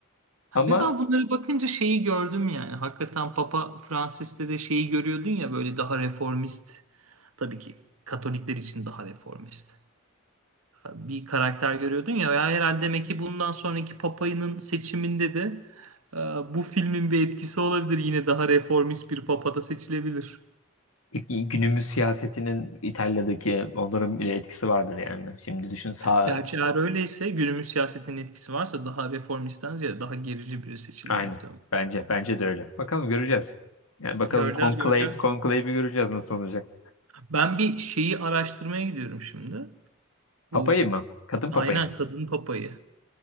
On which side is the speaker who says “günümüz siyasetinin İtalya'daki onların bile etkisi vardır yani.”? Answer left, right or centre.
Left